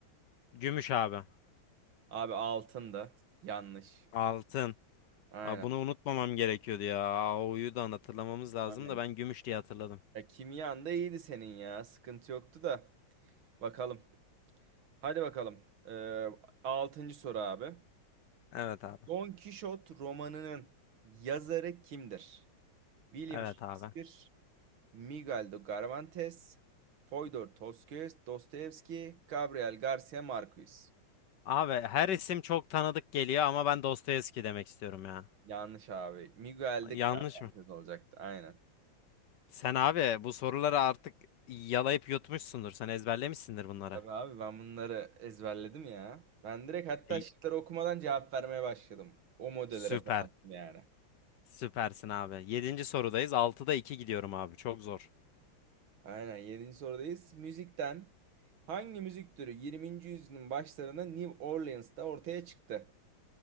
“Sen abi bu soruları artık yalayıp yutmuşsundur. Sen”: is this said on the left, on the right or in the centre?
Left